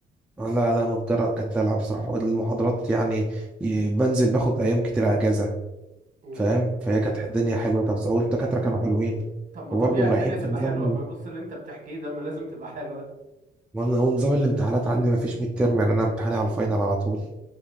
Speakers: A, in the centre; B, on the right (about 40°).
A: لا لا متجرة كانت دلع بصراحة والمحاضرات يعني ي- بنزل باخد أيام كتير أجازة
B: امم
A: فاهم فهي كانت الدنيا حلوة طب والدكاترة كانوا حلوين
B: طب ما
A: وبرضه
B: طبيعي
A: مريحين
B: الدنيا تبقى
A: في نظام
B: حلوة ما بص اللي أنت بتحكيه ده ما لازم تبقى حلوة
A: ونظام الامتحانات عندي ما فيش ميد تيرم يعني أنا امتحاني على الفاينل على طول